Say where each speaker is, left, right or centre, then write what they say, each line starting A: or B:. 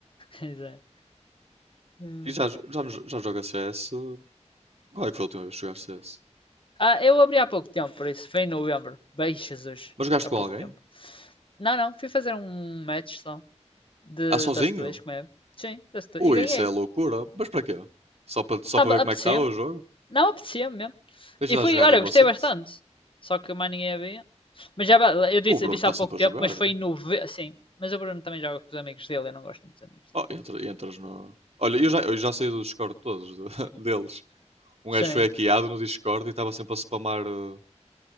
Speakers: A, on the left; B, on the right.
A: exato. Hum.
B: E já, jo- já, nos- já joga CS? Qual é que foi a última vez que jogaste CS?
A: Ah, eu abri há pouco tempo, por isso, foi em novembro. Beijo, Jesus,
B: Mas jogaste
A: há
B: com
A: pouco
B: alguém?
A: tempo. Não, não, fui fazer um match só de
B: Ah, sozinho?
A: Dust 2, como é? Sim, Dust 2,
B: Ui,
A: e ganhei.
B: isso é loucura. Mas para quê? Só para, só
A: Tava,
B: para ver
A: apetecia-me,
B: como é que estava o jogo?
A: não apetecia-me mesmo.
B: Tens
A: E
B: de lá
A: fui,
B: jogar
A: olha,
B: Rainbow
A: gostei
B: Six?
A: bastante. Só que mais ninguém havia. Mas já eu disse,
B: O Bruno
A: disse
B: está
A: há pouco
B: sempre
A: tempo,
B: a jogar.
A: mas foi em novembro. Sim, mas o Bruno também joga com os amigos dele, eu não gosto muito dos amigos
B: Oh,
A: dele.
B: entra- entras no. Olha, eu já, eu já saí do Discord todos de- <laughs> deles. Um
A: Sim.
B: gajo foi hackeado no Discord e estava sempre a spamar eh,